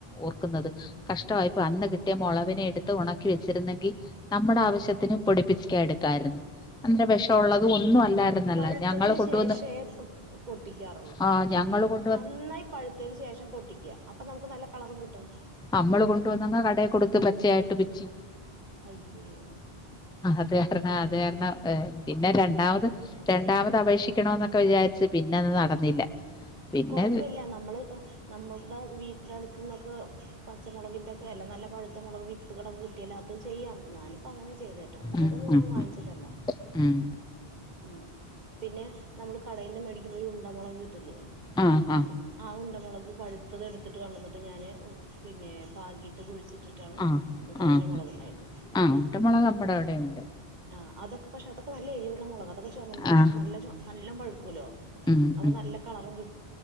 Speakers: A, in the centre; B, on the right.
A: ഓർക്കുന്നത് കഷ്ടമായിപ്പോയി അന്ന് കിട്ടിയ മൊളവിനെ എടുത്ത് ഉണക്കി വെച്ചിരുന്നെങ്കി- നമ്മുടെ ആവശ്യത്തിന്
B: അതെ
A: പൊടിപ്പിക്കാ എടുക്കാര്ന്ന് അന്ന് വെഷഉള്ളതും
B: ഞാനത്
A: ഒന്നും അല്ലാരുന്നല്ല
B: പഴുത്തതിന്
A: ഞങ്ങള് കൊണ്ടുവന്ന്
B: ശേഷേ പൊട്ടിക്കാറുള്ളൂ
A: ആഹ് ഞങ്ങള് കൊ
B: നന്നായി പഴുത്തേന് ശേഷം പൊട്ടിക്ക അപ്പൊ നമുക്ക് നല്ല കളറും കിട്ടും
A: അമ്മള് കൊണ്ട് വന്നങ്ങ് കടേ കൊടുത്ത് പച്ചയായിട്ട് പിച്ചി
B: അയ്യോ
A: അതാരന്നാ അതാരുന്നാ ഏഹ് പിന്നെ രണ്ടാമത് രണ്ടാമത് അപേക്ഷിക്കണോന്നൊക്കെ വിചാരിച്ച് പിന്നെ അത് നടന്നില്ല പിന്നെ
B: കൊഴപ്പില്ല നമ്മള് നമ്മളുടെ വീട്ടി ന്റെ അടുത്തുന്നൊക്കെ- പച്ചമൊളകിന്റെക്കെല്ല നല്ല പഴുത്ത മൊളക് വിത്തുകളൊക്കെ കിട്ടിയാ അത് ചെയ്യാം ഞാനിപ്പങ്ങനെയാ ചെയ്തെ മൊളകൊന്നും
A: ഉം, ഉം,
B: ഞാൻ വാങ്ങിച്ചതല്ല
A: ഉം, ഉം,
B: ഉം പിന്നെ നമ്മള് കടയിന്ന് മേടിക്കുമ്പോഴ് ഉണ്ട മൊളക് കിട്ടില്ലേ
A: ആഹ് ആഹ്
B: ആഹ് ഉണ്ടമൊളക് പഴുത്തത് എടുത്തിട്ട് കൊണ്ടുവന്നിട്ട് ഞാന് പിന്നെ പാകീട്ട് കുഴിച്ചി ട്ടിട്ടാണ്
A: ആ
B: തോന
A: ആ
B: മൊളകുണ്ടായത്.
A: ആ ഉണ്ടമുളക് നമ്മുടെ അവിടെ ഉണ്ട്
B: ആഹ് അതൊക്കെ പക്ഷെ അതൊക്കെ നല്ല എരിവുള്ള മൊ ളകാ അതൊക്കെ ചൊമന്ന്
A: ആ
B: നല്ല ചൊ നല്ല പഴുക്കൂല്ലോ?
A: ഉം
B: അപ്പൊ
A: ഉം
B: നല്ല കളറും കി